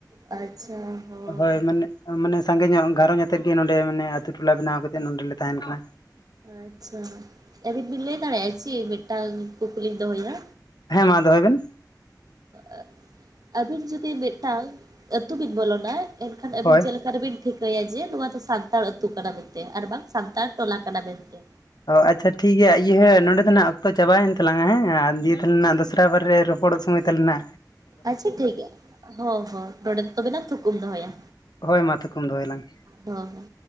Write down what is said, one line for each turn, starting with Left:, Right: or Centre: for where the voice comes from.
Right: ᱟᱪᱪᱷᱟ ᱦᱚᱸ
Left: ᱦᱳᱭ ᱢᱟᱱᱮ, ᱢᱟᱱᱮ ᱥᱟᱸᱜᱮ ᱧᱚᱜ ᱜᱷᱟᱨᱚᱧᱡᱽ ᱟᱛᱮ ᱜᱮ ᱱᱚᱸᱰᱮ ᱢᱟᱱᱮ ᱟᱛᱳ ᱴᱚᱞᱟ ᱵᱮᱱᱟᱣ ᱠᱟᱛᱮ ᱪᱮ ᱱᱚᱸᱰᱮᱞᱮ ᱛᱟᱦᱮᱱ ᱠᱟᱱᱟ,
Right: ᱟᱪᱪᱷᱟ ᱟᱹᱵᱤᱱ ᱵᱤᱱ ᱞᱟᱹᱭ ᱫᱟᱲᱮᱭᱟᱜᱼᱟ ᱪᱮ ᱢᱤᱫᱴᱟᱝ ᱠᱩᱠᱞᱤᱧ ᱫᱚᱦᱚᱭᱟ?
Left: ᱦᱮᱸ ᱢᱟ ᱫᱚᱦᱚᱭ ᱵᱮᱱ᱾
Right: ᱟ-ᱟ ᱟᱹᱵᱤᱱ ᱡᱩᱫᱤ ᱢᱤᱫᱴᱟᱝ ᱟᱹᱛᱩ ᱵᱤᱱ ᱵᱚᱞᱚᱱᱟ ᱮᱱᱠᱷᱟᱱ ᱟᱹᱵᱤᱱ
Left: ᱦᱳᱭ
Right: ᱪᱮᱜ ᱞᱮᱠᱟ ᱨᱮᱵᱤᱱ ᱴᱷᱤᱠ ᱠᱟᱹᱭᱟ ᱡᱮ ᱱᱚᱣᱟ ᱫᱚ ᱥᱟᱱᱛᱟᱲ ᱟᱹᱛᱩ ᱠᱟᱱᱟ ᱢᱮᱱᱛᱮ ᱟᱨ ᱵᱟᱝ ᱥᱟᱱᱛᱟᱲ ᱴᱚᱞᱟ ᱠᱟᱱᱟ ᱢᱮᱱᱛᱮ?
Left: ᱚ ᱟᱪᱪᱷᱟ ᱴᱷᱤᱠᱜᱭᱟ ᱤᱭᱦᱟᱹ ᱱᱚᱸᱰᱮ ᱫᱚ ᱱᱟᱦᱟᱜ ᱚᱠᱛᱚ ᱪᱟᱵᱟᱭᱮᱱ ᱛᱟᱞᱟᱝᱟ ᱦᱮᱸ ᱟ ᱫᱤᱭᱟᱹᱛᱟᱞᱦᱮ ᱱᱟᱜ ᱫᱚᱥᱨᱟ ᱵᱟᱨ ᱨᱮ ᱨᱚᱯᱚᱲᱚᱜ ᱥᱚᱢᱚᱭ ᱛᱟᱞᱱᱟ
Right: ᱟᱪᱪᱷᱟ ᱴᱷᱤᱠ ᱜᱮᱭᱟ ᱦᱚᱸ ᱦᱚᱸ ᱱᱚᱸᱰᱮ ᱛᱚᱵᱮᱞᱟᱝ ᱛᱷᱩᱠᱟᱹᱢ ᱫᱚᱦᱚᱭᱟ᱾
Left: ᱦᱳᱭ ᱢᱟ ᱛᱷᱩᱠᱩᱢ ᱫᱚᱦᱚᱭᱟᱞᱟᱝ᱾
Right: ᱦᱚ ᱦᱚ